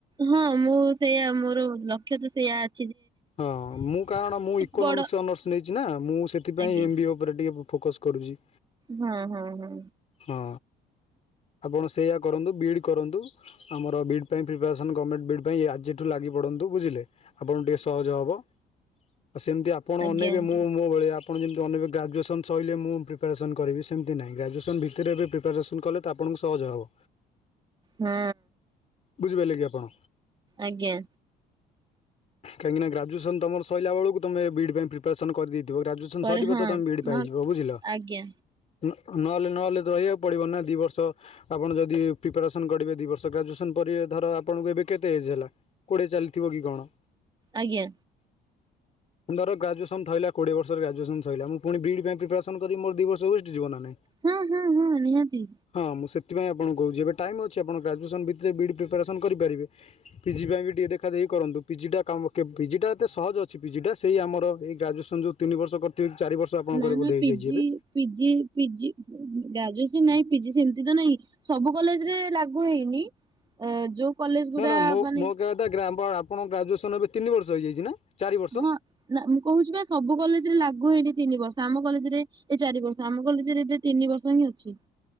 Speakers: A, on the right; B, on the left.
A: ହଁ ମୁଁ ସେଇୟା ମୋର ଲକ୍ଷ୍ୟ ତ ସେଇୟା ଅ
B: ହଁ ମୁଁ କାରଣ ମୁଁ ଇକୋନୋମିକ୍ସ
A: ବଡ
B: ଅନର୍ସ ନେଇଛି ନା ମୁଁ ସେଥିପାଇଁ
A: ଆଜ୍ଞା
B: ଏମ ବ ଏ ଉପରେ ଟିକେ। ଫୋକସ୍ କରୁଛି।
A: ହଁ ହଁ ହଁ।
B: ହଁ ଆପଣ ସେଇଆ କରନ୍ତୁ ବିଡ଼୍ କରନ୍ତୁ ଆମର ବିଡ଼୍ ପାଇଁ ପ୍ରିପେଆର ଗମେଟ୍ ବିଡ୍ ପାଇଁ ଆଯିଠୁ ଲାଗି ପଡନ୍ତୁ ବୁଝିଲେ ଆପଣଙ୍କୁ ଟିକେ ସହଜ ହବ। ଆଉ ସେମିତି ଆପଣ
A: ଆଜ୍ଞା
B: ଅନେଇବେ
A: ଆଜ୍ଞା
B: ମୁଁ ମୋ ଭଳିଆ। ଆପଣ ଯେମିତି ଅନେଇବେ ଗ୍ରାଜୁଏସନ୍ ସଇଲେ ମୁଁ ପ୍ରିପାରେସନ୍ କରିବି ସେମିତି ନାହିଁ ଗ୍ରାଜୁଏସନ୍ ଭିତରେ ଏବେ ପ୍ରିପାରେସନ୍ କଲେ ତ ଆପଣ। ଙ୍କୁ ସହଜ ହବ।
A: ହୁଁ।
B: ବୁଝିପାରିଲେ କି ଆପଣ।
A: ଆଜ୍ଞା।
B: କାହିଁକିନା ଗ୍ରାଜଏସନ୍ ତମର ସଇଲା ବେଳକୁ ତମେ ବି ଡ୍ ପାଇଁ ପ୍ରିପାରେସନ୍ କରିଦେଇ। ଥୀବ ଗ୍ରାଜୁଏସନ
A: କରେ
B: ସରିବ
A: ହଁ
B: ତ ତମେ ବି ଇ ଡ଼ି ପାଇଯିବ
A: ନ
B: ବୁଝିଲ।
A: ଆଜ୍ଞା।
B: ନହେଲେ ନହେଲେ ରହିବାକୁ ପଡିବ ନା ଦି ବର୍ଷ ଆପଣ ଯଦି ପିପାରେସନ୍ କରିବେ ଦି ବର୍ଷ ଗ୍ରାଜୁଏସନ ପ ରେ ଧର ଆପଣଙ୍କୁ ଏବେ କେତେ ଏଜ ହେଲା କୋଡିଏ ଚାଲିଥିବ କି କଣ।
A: ଆଜ୍ଞା।
B: <inaudible> ମୁଁ ଧର ଗ୍ରାଜୁଏସନ୍ ଥିଇଲା କୋଡ଼ିଏ ବର୍ଷରେ ଗ୍ରାଜୁସନ ସଇଲା ମୁ ପୁଣି ବିଡ ପାଇଁ ପ୍ରିପାରେସନ କରିବି ମୋର ଦି ବର୍ଷ ୱେଷ୍ଟ ଯିବ ନାଁ ନାଇଁ।
A: ହୁଁ ହୁଁ ହୁଁ ନିହାତି।
B: ହଁ ମୁଁ ସେଥିପାଇଁ ଆପଣକୁ କହୁଛି ଏବେ ଟାଇମ୍ ଅଛି ଆପଣ ଗ୍ରାଜୁଏସନ୍ ଭିତରେ ବିଡ଼ି ପ୍ରିପାରେସନ୍ କରି ପାରିବେ ପିଜି ପାଇଁ ବି ଟିକେ ଦେଖ। ଦେଖା ଦେଖି କରନ୍ତୁ। ପିଜିଟା କାମ କେ ପିଜିଟା ଏତେ ସହଜ ଅଛି ପିଜିଟା ସେଇ ଆମର ଏଇ ଗ୍ରାଜୁଏସନ୍ ଯୋଉ ତିନି ବର୍ଷ କରିଥିବେ। ଚାରି ବର୍ଷ ଆପଣଙ୍କର
A: ନା
B: ବୋଧେ
A: ନା
B: ହେଇଯାଇଛି
A: ପିଜି
B: ଏବେ।
A: ପିଜି ପିଜି ଗ୍ରାଜୁଏସନ ନାହିଁ ପିଜି ସେମତି ତ ନହିଁ। ସବୁ କଲେଜ ରେ ଲାଗୁ ହେଇନି ଯୋଉ କଲେଜ
B: ନା
A: ଗୁରା
B: ନା ମୋ
A: ମାନେ।
B: ମୋ କହିବା କଥା ଗ୍ରା ଆପଣ ଗ୍ରାଜୁଏସନ୍ ଏବେ ତିନି ବର୍ଷ ହେଇଯାଇଛି ନା। ଚାରି ବର୍ଷ?
A: ହଁ ନା ମୁଁ କହୁଛି ବା ସବୁ କଲେଜରେ ଲାଗୁ। ଗୁ ହେଇନି ତିନି ବର୍ଷ ଆମ କଲେଜରେ ଏ ଚାରି ବର୍ଷ ଆମ କଲେଜରେ ଏବେ ତିନି ବର୍ଷ ହିଁ ଅଛି।